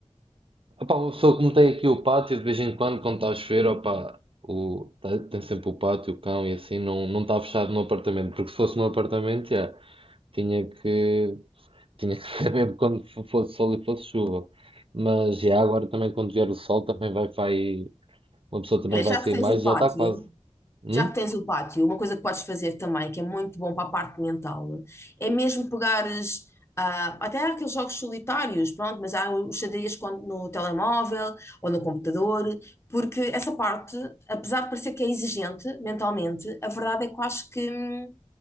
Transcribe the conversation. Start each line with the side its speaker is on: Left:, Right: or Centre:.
Right: Epá, uma pessoa como tem aqui o pátio, de vez em quando, quando está a chover, opá, o, tá- tem sempre o pátio, o cão e assim, não, não está fechado no apartamento, porque se fosse no apartamento, já. tinha que, tinha que <laughs> saber quando fo- fosse sol e fosse chuva. Mas já agora também quando vier o sol também vai, vai, uma pessoa também
Left: Olha,
Right: vai
Left: já
Right: sair
Left: que tens
Right: mais,
Left: o pátio,
Right: já está quase. Hum?
Left: Já que tens o pátio, uma coisa que podes fazer também, que é muito bom para a parte mental, é mesmo pegares, ah, até há aqueles jogos solitários, pronto, mas há os xadrez com- no telemóvel ou no computador, porque essa parte, apesar de parecer que é exigente mentalmente, a verdade é que eu acho que. hum,